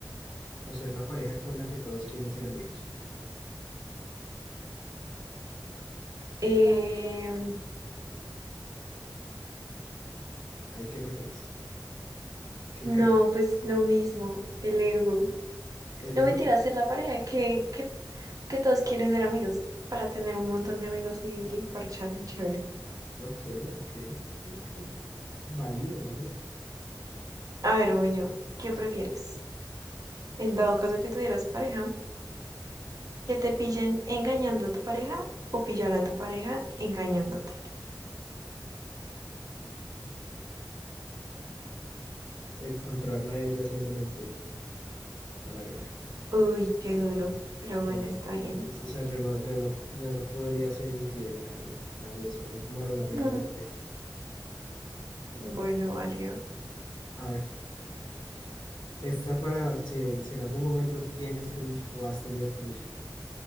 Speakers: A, on the left; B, on the right.
A: o ser la pareja con la que todos quieren ser amigos?
B: Eh,
A: ¿Ahí qué prefieres? ¿Qué
B: No,
A: crees?
B: pues lo mismo, el ego.
A: ¿El
B: No
A: ego?
B: mentira, ser la pareja que, que, que todos quieren ser amigos para tener un montón de amigos y, y parchar chévere.
A: Ok, ok, ok. Válido, válido.
B: A ver, voy yo, ¿qué
A: Ah,
B: prefieres? En dado caso que tuvieras pareja, que te pillen engañando a tu pareja o pillar a tu pareja engañándote.
A: encontrarla a ella haciéndome infiel, la verdad.
B: Uy, qué duro, pero bueno,
A: O sea,
B: está
A: es-
B: bien.
A: es- o sea, yo no, yo no, yo no podría ser infiel, la verdad. A mí eso es monogamia
B: Mm,
A: o muerte.
B: Bueno, válido.
A: A ver, esta para si, si en algún momento tienes crush o has tenido crush.